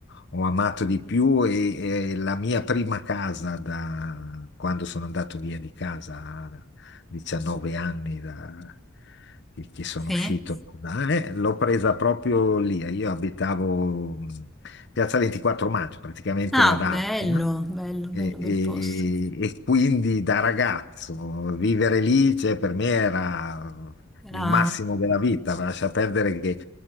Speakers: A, on the left; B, in the centre.
A: ho amato di più e, è la mia prima casa da quando sono andato via di casa 19 anni da- che, che sono
B: Sì.
A: uscito, da- eh, l'ho presa proprio lì. eh. Io abitavo mh, Piazza 24 Maggio, praticamente
B: Ah,
A: la D'Arpena,
B: bello, bello, bello,
A: e,
B: bel
A: e-
B: posto.
A: e quindi da ragazzo vivere lì, cioè, per me era
B: Era...
A: il massimo della vita. Lascia perdere che